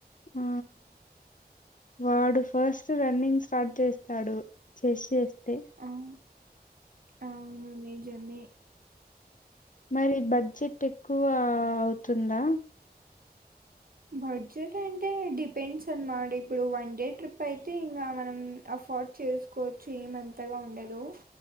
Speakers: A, on the left; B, on the right.
A: ఆ వాడు ఫస్ట్ రన్నింగ్ స్టార్ట్ చేస్తాడు చెస్ చేస్తే
B: అవును అవును నిజమే
A: మరి బడ్జెట్ ఎక్కువ అవుతుందా
B: బడ్జెట్ అంటే డిపెండ్స్ అన్నమాట ఇప్పుడు వన్ డే ట్రిప్ అయితే ఇంకా మనం అఫోర్డ్ చేసు కోచ్చు ఏమంతగా ఉండదు